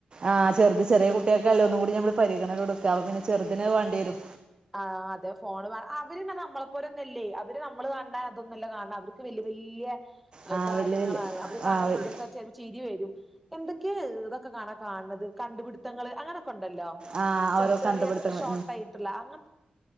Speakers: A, on the right; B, in the centre.
A: ആഹ് ചെറുത് ചെറീ കുട്ടീക്കല്ലെ ഒന്നുംകൂടി നമ്മള് പരിഗണന കൊട്ക്ക അപ്പൊ പിന്നെ ചെറ്തിന് അയ് വേണ്ട്യേരും
B: ആഹ് അതെ ഫോണ് അവര്ന്ന് നമ്മളെപ്പോലന്നല്ലെ അവര് നമ്മള് അർഞ അതൊന്നല്ല കൺണെ അവർക്ക് വെല്യാ വെല്യാ
A: ആ
B: കാര്യങ്ങളാണ്
A: വലിയ വലിയ
B: അവര് കാണണ
A: ആ വെ-
B: വീഡിയൊക്ക ചെല- ചിരി വരും എന്തൊക്കെ ഇതൊക്കെ കാണാ കാണ്ണത് കണ്ട്പിടുത്തങ്ങള് അങ്ങനൊക്കെ ഉണ്ടല്ലൊ
A: ആ
B: ചെർ
A: ഓരോ
B: ചെറിയ
A: കണ്ടുപിടുത്തങ്ങൾ
B: ഷോർട്ടായിട്ടുള്ള അങ്ങ